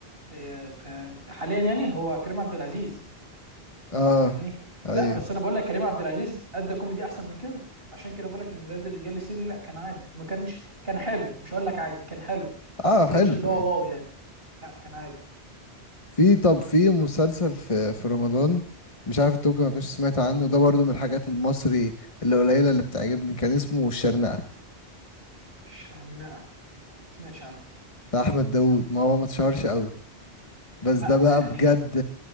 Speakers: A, on the right; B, on the left.
A: في في في حاليا يعني هو كريم عبد العزيز
B: اه
A: فاهمني لا
B: ايوه
A: بس انا بقول لك كريم عبد العزيز ادى كوميدي احسن من كده عشان كده بقول لك ان نادي الرجال السري لا كان عادي ما كانش كان حلو مش هقول لك عادي كان حلو بس
B: اه
A: ما
B: حلو
A: كانش اللي
B: يعني
A: هو واو يعني لا كان عادي
B: في طب في مسلسل في في رمضان مش عارف انت ممكن ما كنتش سمعت عنه ده برضو من الحاجات المصري اللي قليلة اللي بتعجبني كان اسمه الشرنقة
A: شرنقه ما سمعتش عنه
B: بتاع احمد داوود ما هو ما اتشهرش قوي بس
A: لا
B: ده بقى
A: يعني
B: بجد